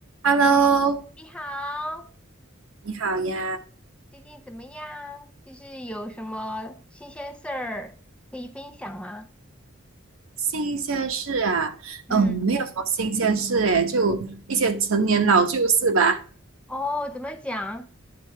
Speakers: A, on the right; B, in the centre.
A: Hello，
B: 你好，
A: 你好呀，
B: 最近怎么样？就是有什么新鲜事儿可以分享吗？
A: 新鲜事啊，
B: 嗯，
A: 嗯，没有什么新鲜事诶，就一些陈年老旧事吧。
B: 哦，怎么讲？